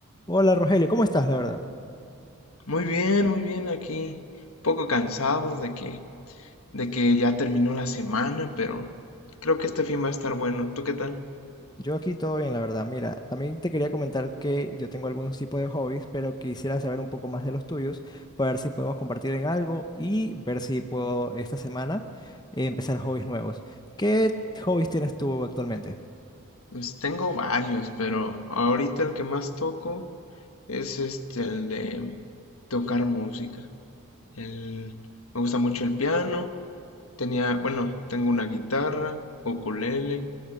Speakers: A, on the left (about 20°); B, on the left (about 75°).
A: Hola Rogelio, ¿cómo estás, la verdad?
B: Muy bien, muy bien aquí. Un poco cansado de que, de que ya terminó la semana, pero creo que este fin va a estar bueno. ¿Tú qué tal?
A: Yo aquí todo bien, la verdad. Mira, también te quería comentar que yo tengo algunos tipos de hobbies, pero quisiera saber un poco más de los tuyos para ver si podemos compartir en algo y ver si puedo esta semana eh, empezar hobbies nuevos. ¿Qué hobbies tienes tú actualmente?
B: Pues tengo varios, pero ahorita el que más toco es este, el de tocar música. El, me gusta mucho el piano. Tenía, bueno, tengo una guitarra, ukulele.